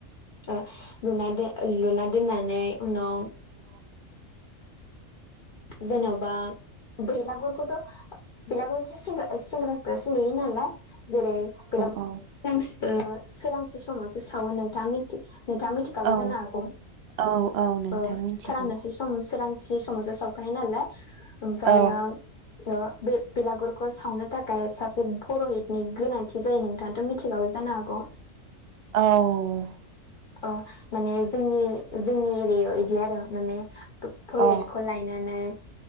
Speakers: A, on the left; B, on the right.
A: ओ लुना दो लुना दोननानै उनाव
B: <inaudible>
A: जेन'बा बेलागुरखौथ' बेलागुरथ' सेंग्राफोरासो लुयो नालाय जेरै बेला
B: औ
A: सोरांसि ओ सोरांसि समावसो सावो नोंथां नोंथाङा मिथि खागौ
B: औ
A: जानो हागौ
B: औ औ नोंथां
A: ओ
B: मिथिगौ
A: सोरांनोसै सम सोरांसि सम मावसो सावखायो नालाय ओमफ्रायो
B: औ
A: त बे बेलागुरखौ सावनो थाखाय सासे भरहितनि गोनांथि जायो नोंथां मिथिखाबाय जानो हागौ
B: औ
A: अ माने जोंनि जोंनि एरियाव इदि आरो माने परट
B: अ
A: खौ लाय बिनानै